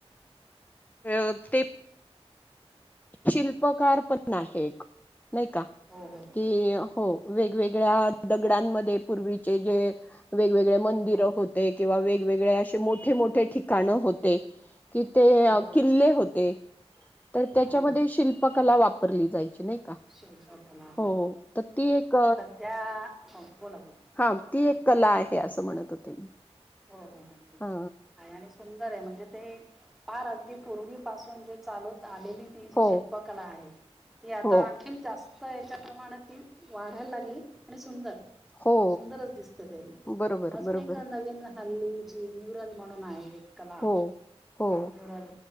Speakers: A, on the left (about 15°); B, in the centre.
A: अ ते शिल्पकार पण आहे नाही का?
B: हो हो
A: की हो, वेगवेगळ्या दगडांमध्ये पूर्वीचे जे वेगवेगळे मंदिर
B: हो
A: होते किंवा वेगवेगळे असे मोठे मोठे ठिका काणं होते तिथे
B: हो
A: किल्ले होते. तर त्याच्यामध्ये
B: हो
A: शिल्पकला वापरली जाई ची नाही का
B: शिल्पकला
A: हो तर ती एक
B: त्या हं बोला बोला
A: हा ती एक कला आहे असं म्हणत होते मी
B: हो हो नक्कीच
A: हा
B: आहे आणि सुंदर आहे म्हणजे ते पार अगदी पूर्वी पाासून जे चालत आलेली ती जी
A: हो
B: शिल्पकला आहे ती आता
A: हो
B: आण खिन जास्त याच्या प्रमाणात ती वाढायला लागली आणि सुंदर
A: हो
B: सुंदरच दिसतं ते
A: बरोबर
B: अजून
A: बरोबर
B: एक नवीन हल्ली ती न्यूरल म्हणून आहे एक कला
A: हो हो
B: न्युरल